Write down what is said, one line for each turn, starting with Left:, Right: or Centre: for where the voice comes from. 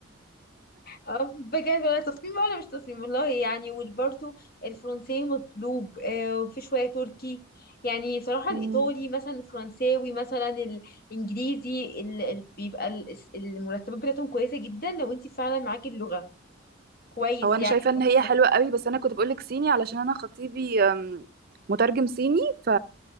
Left: اه بجد ولا تصميم بقى ولا مش تصميم والله يعني وبرده الفرنسي مطلوب آه، وفي شويه تركي يعني صراحه الايطالي
Right: مم.
Left: مثلا الفرنساوي مثلا الانجليزي ال- ال- بيبقى ال- الس- المرتبات بتاعتهم كويسه جدا لو انت فعلا معاكي اللغه كويس
Right: هو انا
Left: يعني
Right: شايفه
Left: <laughs>
Right: ان هي
Left: في
Right: حلوه
Left: القناة.
Right: قوي بس انا كنت بقولك صيني علشان انا خطيبي أم، مترجم صيني ف